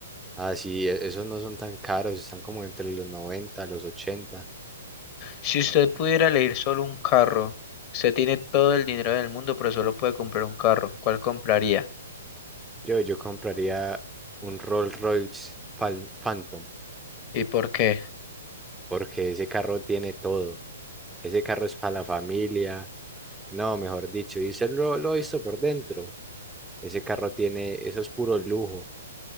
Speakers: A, in the centre; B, on the left.
A: ah sí, e- esos no son tan caros, están como entre los noventa los ochenta
B: Si usted pudiera elegir solo un carro, usted tiene todo el dinero del mundo, pero solo puede comprar un carro. ¿Cuál compraría?
A: Yo, yo compraría un Rolls Royce Phan- Phantom
B: ¿Y por qué?
A: porque ese carro tiene todo. Ese carro es para la familia. No, mejor dicho, y se lo, lo he visto por dentro. Ese carro tiene, eso es puro lujo.